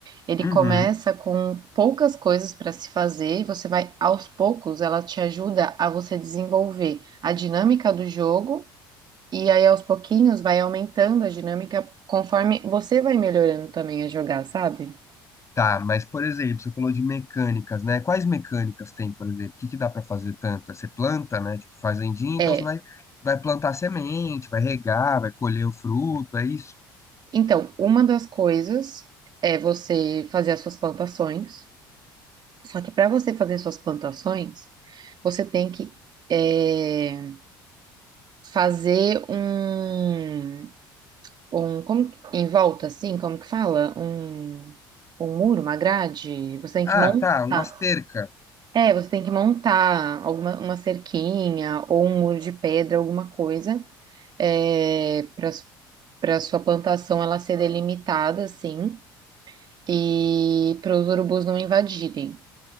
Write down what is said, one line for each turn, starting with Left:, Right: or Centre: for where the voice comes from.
Right: Ele
Left: Uhum.
Right: começa com poucas coisas para se fazer, e você vai aos poucos, ela te ajuda a você desenvolver a dinâmica do jogo, e aí aos pouquinhos vai aumentando a dinâmica conforme você vai melhorando também a jogar, sabe?
Left: Tá, mas por exemplo, você falou de mecânicas, né? Quais mecânicas tem, por exemplo? O que que dá pra fazer tanto? Você planta, né? Tipo fazendinha, então
Right: É.
Left: você vai, vai plantar semente, vai regar, vai colher o fruto, é isso?
Right: Então, uma das coisas é você fazer as suas plantações. Só que para você fazer suas plantações, você tem que. é, fazer um, um como, que- em volta, assim, como que fala? Um, um muro, uma grade. Você tem
Left: Ah,
Right: que montar.
Left: tá, uma cerca.
Right: É, você tem que montar alguma uma cerquinha ou um muro de pedra, alguma coisa, é, para para sua plantação ela ser delimitada, assim, e para os urubus não invadirem.